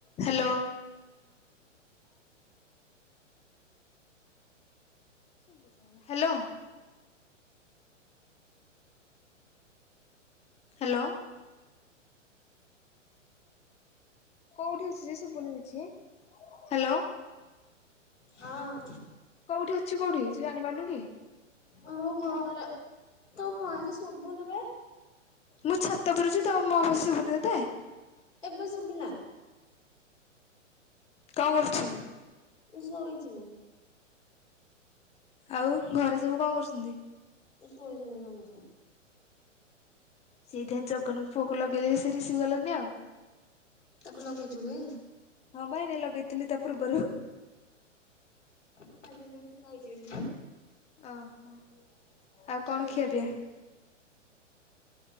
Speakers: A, on the left; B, on the left.
A: ହ୍ୟାଲୋ। ହ <inaudible> <inaudible> ହ୍ୟାଲୋ। ହାଲୋ। କୋଉଠି ଅଛି ଯେ ଶୁବୁନି କିଛି ହ୍ୟାଲୋ।
B: ହଁ।
A: କୋଉଠି ଅଛି କୋଉଠି ସେ ଜାଣିପାରୁନି କି?
B: ମୁଁ ଘରେ ତୋ ଭଏସ୍ ଶୁବୁନି ବେ।
A: ମୁଁ ଛାତ ଉପରେ ଅଛି ତମ ଭଏସ୍ ଶୁଭୁନି <unintelligible>
B: ଏବେ ଶୁବିଲା।
A: କଣ କରୁଛୁ?
B: ତୁ ଶୋଇଥିବୁ।
A: ଆଉ ଘରେ ସବୁ କଣ କରୁଛନ୍ତି?
B: ଶୋଇଛନ୍ତି ସମସ୍ତେ।
A: ସେଇଥିପାଇଁ ଜଗନ ପୁଅକୁ ଲଗେଇ ଦେଇଚି ସେ ରିସିଭି କଲାନି ଆଉ।
B: ତାକୁ ଲଗେଇଚୁ କି?
A: ହଁ ବା ଏଇନେ ଲଗେଇଥିଲି ତୋ ପୂର୍ବରୁ।
B: <unintelligible> ଯଦି ଖାଇ ଯିବେ
A: ଓହୋ ଆଉ କଣ
B: ଶୋଇଛୁ
A: ଖିଆପିଆ?
B: ସବୁ।